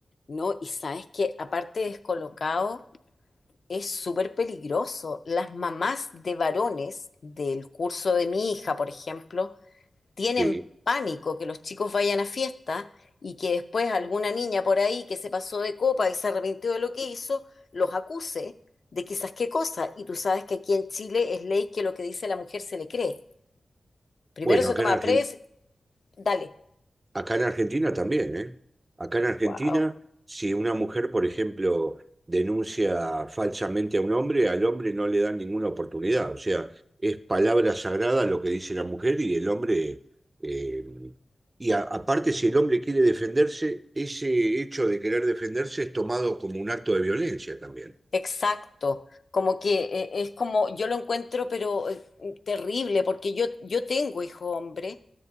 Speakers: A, on the left; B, on the right.
A: No, y sabes que aparte descolocado. Es súper peligroso. Las mamás de varones del curso de mi hija, por ejemplo, tienen
B: Eh,
A: pánico que los chicos vayan a fiesta y que después alguna niña por ahí que se pasó de copa y se arrepintió de lo que hizo, los acuse de quizás qué cosa. Y tú sabes que aquí en Chile es ley que lo que dice la mujer se le cree. Primero
B: bueno,
A: se
B: acá
A: toma
B: en Argentina
A: pres, dale.
B: Acá en Argentina también, ¿eh? Acá en Argentina,
A: Wow.
B: si una mujer, por ejemplo, denuncia falsamente a un hombre, al hombre no le dan ninguna oportunidad. O sea, es palabra sagrada lo que dice la mujer y el hombre... eh, y a- aparte, si el hombre quiere defenderse, ese hecho de querer defenderse es tomado como un acto de violencia también.
A: Exacto. Como que eh, es como, yo lo encuentro, pero eh, terrible, porque yo, yo tengo hijo hombre.